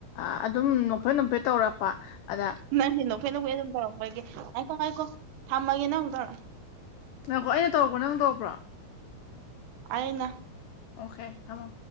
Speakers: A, on the left; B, on the right.
A: ꯑꯗꯨꯝ ꯅꯣꯝꯐꯦꯠ ꯅꯣꯝꯐꯦꯠ ꯇꯧꯔꯛꯄ ꯑꯗ
B: ꯅꯪꯅꯦ ꯅꯈꯣꯏ ꯅꯈꯩ ꯑꯗꯨꯝ ꯇꯧꯔꯛꯄꯒꯦ ꯍꯥꯏꯈꯣ ꯍꯥꯏꯈꯣ ꯊꯝꯃꯒꯦ ꯅꯥꯪꯃꯨꯛ ꯇꯧꯔꯛ ꯑꯣ
A: ꯉꯥꯏꯈꯣ ꯑꯩꯅ ꯇꯧꯔꯛꯄꯔꯥ ꯅꯪ ꯇꯧꯔꯛꯄꯔ
B: ꯑꯩꯅ
A: ꯑꯣꯀꯦ ꯊꯃꯣ